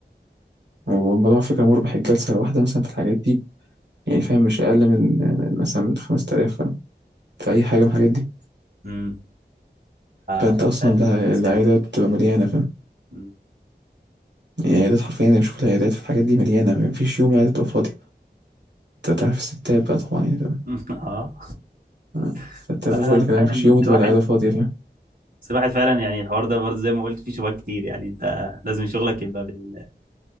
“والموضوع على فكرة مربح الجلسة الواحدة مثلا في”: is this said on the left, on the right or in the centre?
Right